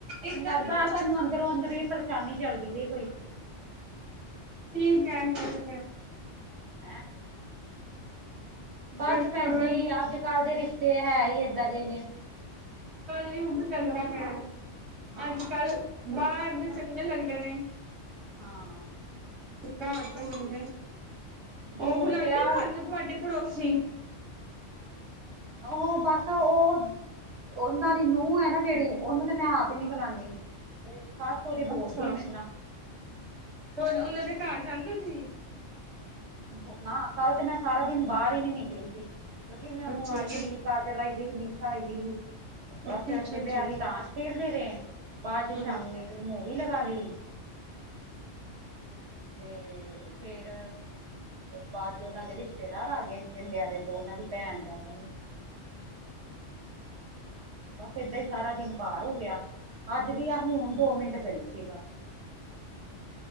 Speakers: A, on the right (about 25°); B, on the right (about 65°).
A: ਏਦਾਂ
B: ਮੈਨੂੰ ਲੱਗਦਾ
A: ਵੀ ਨਹੀਂ ਹੁੰਦਾ
B: ਤੁਾਨੂੰ ਅੰਦਰੋਂ ਅੰਦਰ ਈ ਪਰੇਸ਼ਾਨੀ ਚੱਲਦੀ ਪਈ ਹੈ ਕੋਈ
A: ਠੀਕ ਹੈ ਅਸੀ ਤੇ
B: ਹੈਂ ਬਸ
A: ਪਰੇਸ਼ਾਨ
B: ਭੈਣ ਜੀ, ਅੱਜ -ਕੱਲ੍ਹ ਦੇ ਰਿਸ਼ਤੇ ਹੈ ਹੀ ਏਦਾਂ ਦੇ ਨੇ,
A: ਕੱਲ -ਯੁਗ ਚੱਲਦਾ ਪਿਆ,
B: ਹਾਂ
A: ਅੱਜ -ਕੱਲ ਬਾਹਰ ਦੇ ਚੰਗੇ ਲੱਗਦੇ ਨੇ
B: ਹਾਂ
A: ਤੇ ਘਰ ਦੇ ਮੰਦੇ,
B: ਦੂਰ
A: ਉਹ ਬਲਾਂਦੀ,
B: ਪਿਆ
A: ਤਹਾਨੂੰ ਤੁਹਾਡੀ ਪੜੋਸੀ
B: ਉਹ ਬਸ ਉਹ ਉਹਨਾਂ ਦੀ, ਨੂੰਹ ਹੈ ਨਾ ਜਿਹੜੀ, ਉਹਨੂੰ ਤੇ ਮੈਂ ਆਪ ਹੀ ਨੀ ਬੁਲਾਦੀ ਸਸ ਅੋਦੀ, ਬੋਲਦੀ
A: ਅੱਛਾ
B: ਮੇਰੇ ਨਾ
A: ਉਹਨਾਂ ਦੇ, ਘਰ ਜਾਂਦੇ ਓ ਤੁਸੀ?
B: ਔ ਨਾ ਕਾਲ ਤੇ ਮੈਂ ਸਾਰਾ ਦਿਨ ਬਾਹਰ ਹੀ ਨਈ ਨਿਕਲੇ ਸੀ ਕਿਉਂਕਿ, ਮੈਂ ਉਹ
A: ਅੱਛਾ
B: ਆਈ
A: ਅੱਛਾ
B: ਹੋਈ ਸੀ ਕਾਜਲ, ਆਈ ਦੀ ਸੀ ਨਿਸ਼ਾ ਆਈ ਦੀ ਸੀ ਬਸ
A: ਅੱਛਾ
B: ਪਹਿਲੇ
A: ਅੱਛਾ ਅੱਛਾ
B: ਅਸੀਂ, ਤਾਂਸ਼ ਖੇਡਦੇ ਰਹੇ ਆ ਬਾਦ ਚ
A: ਹਮ
B: ਸ਼ਾਮੀ ਵੀ ਮੂੰਵੀ ਲਗਾ ਲੀ ਤੇ ਫੇਰ ਬਾਅਦ ਚ, ਇਹਨਾਂ ਦੇ ਰਿਸ਼ਤੇਦਾਰ ਆ ਗ ਇੱਕ ਜੰਡਿਆਲੇ ਤੋਂ, ਉਹਨਾਂ ਦੀ ਭੈਣ ਪ ਬਸ ਏਦਾਂ ਹੀ, ਸਾਰਾ ਦਿਨ ਪਾਰ ਹੋ ਗਿਆ, ਅੱਜ ਵੀ ਆ ਹੁਣ ਦੋ ਮਿੰਟ ਗਈ ਸੀ ਬਸ